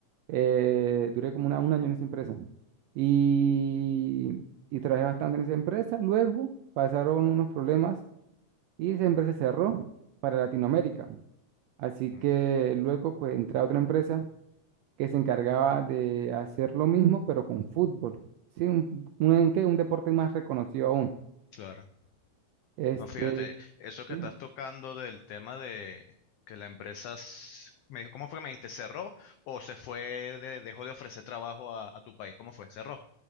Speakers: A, on the right; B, on the left.
A: eh, duré como una, un año en esa empresa y, y trabajé bastante en esa empresa. Luego pasaron unos problemas y esa empresa cerró para Latinoamérica. Así
B: Mm,
A: que luego pues entré a otra empresa que se encargaba de hacer lo mismo, pero con fútbol. Sí, un, un, ¿qué? un deporte más reconocido aún.
B: claro.
A: Este,
B: No, fíjate, eso que
A: sí,
B: estás tocando del tema de que la empresa, s- me dijo- ¿cómo fue que me dijiste? ¿Cerró o se fue, de- dejó de ofrecer trabajo a, a tu país? ¿Cómo fue? ¿Cerró?